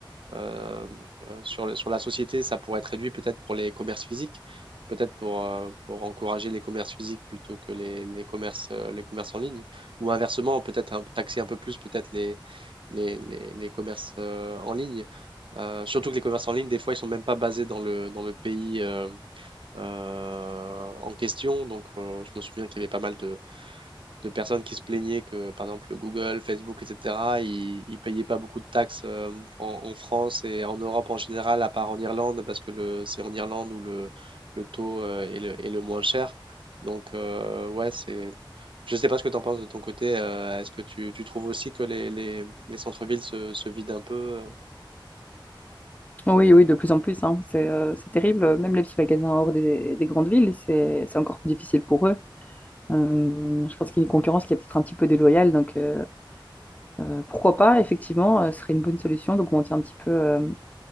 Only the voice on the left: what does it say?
Oui, oui, de plus en plus, hein. C'est euh, c'est terrible. Même les petits magasins hors des, des grandes villes, c'est c'est encore plus difficile pour eux. Euh, je pense qu'il y a une concurrence qui est peut-être un petit peu déloyale. Donc, euh, euh, pourquoi pas, effectivement, euh, ce serait une bonne solution d'augmenter un petit peu euh,